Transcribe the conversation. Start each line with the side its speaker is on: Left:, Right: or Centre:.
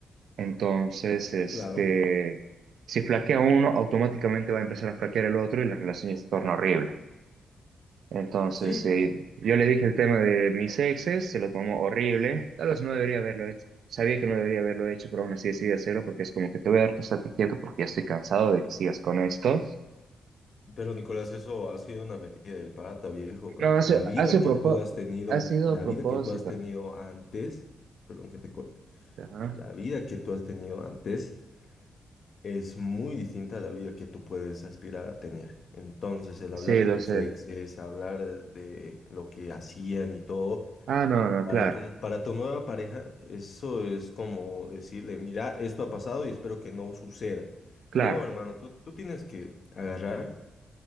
Right: Entonces, este,
Left: Claro.
Right: si flaquea uno, automáticamente va a empezar a flaquear el otro y la relación ya se torna horrible. Entonces,
Left: Sí,
Right: eh, yo le dije el tema de mis exes, se lo tomó horrible, tal vez no debería haberlo hecho. Sabía que no debería haberlo hecho, pero aún así decidí hacerlo porque es como que te voy a dar tu estate quieto porque ya estoy cansado de que sigas con esto.
Left: Pero Nicolás, eso ha sido una metida de pata, viejo.
Right: No, ha sido,
Left: La vida
Right: ha sido,
Left: que
Right: propo-
Left: tú has tenido,
Right: ha sido
Left: la
Right: a propósito.
Left: vida que tú has tenido antes, perdón que te corte,
Right: Ajá.
Left: la vida que tú has tenido antes es muy distinta a la vida que tú puedes aspirar a tener. Entonces, el
Right: Sí,
Left: hablar de
Right: lo
Left: tus
Right: sé.
Left: exes, hablar de lo que hacían y todo,
Right: Ah, no, no,
Left: Para
Right: claro.
Left: tu, para tu nueva pareja, eso es como decirle, mira, esto ha pasado y espero que no suceda.
Right: Claro.
Left: No, hermano, tú, tú tienes que agarrar